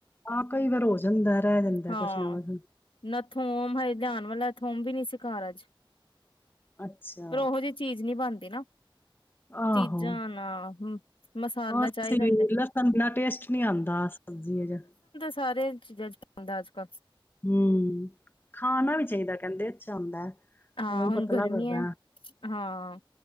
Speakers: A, on the left; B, on the left.
A: ਹਾਂ ਕਈ ਵਾਰ ਹੋ ਜਾਂਦਾ ਰਹਿ ਜਾਂਦਾ
B: ਹਾਂ
A: ਕੁਛ ਨਾ ਕੁਛ
B: ਨਾ ਥੋਮ ਹਜੇ ਲਿਆਉਣ ਵਾਲਾ ਥੋਮ ਵੀ ਨੀ ਸਿਕਾਰ ਅੱਜ
A: ਅੱਛਾ
B: ਪਰ ਉਹੋ ਜਿਹੀ ਚੀਜ਼ ਨਹੀਂ ਬਣਦੀ ਨਾ
A: ਆਹੋ
B: ਚੀਜ਼ਾਂ ਨਾ ਮਸਾਲਾ
A: ਹੋਰ
B: ਚਾਹੀਦਾ ਹੁੰਦੇ
A: ਲਸਣ ਇਨਾ ਟੇਸਟ ਨੀ ਆਉਂਦਾ ਸਬਜ਼ <unintelligible>
B: ਸਾਰਿਆਂ ਚੀਜ਼ਾਂ ਚ ਪਾਉਂਦਾ ਅੱਜ ਕੱਲ੍ਹ
A: ਹਮ ਖਾਣਾ ਵੀ ਚਾਹੀਦਾ ਕਹਿੰਦੇ ਬੱਚਾ ਆਂਦਾ ਹੈ
B: ਹਾਂ
A: ਖੂਨ
B: ਹੁਣ
A: ਪਤਲਾ
B: ਗਰਮੀ
A: ਕਰਦਾ
B: ਹੈ ਹਾਂ